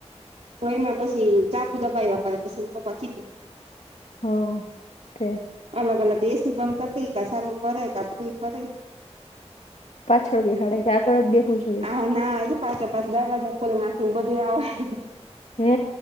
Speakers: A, on the right (about 65°); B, on the left (about 75°).
A: ભ એમાં પછી ચાપુ તપાઈ બાપા પછી પપ્પા કીધે <unintelligible> <inaudible>
B: હા કે <inaudible> <inaudible>
A: અલગ અલગ એસીી બંધ કરી દઈ કા ચાલુ કરે કા ફૂલ કરે <unintelligible>
B: પાછળ બેહાડે કે આગળ જ બેવું જોઈએ <unintelligible>
A: આ
B: <inaudible>
A: ના <unintelligible> <inaudible> પાસે પાસે દરવાજા ખોલી નાખે બધું આવા
B: હે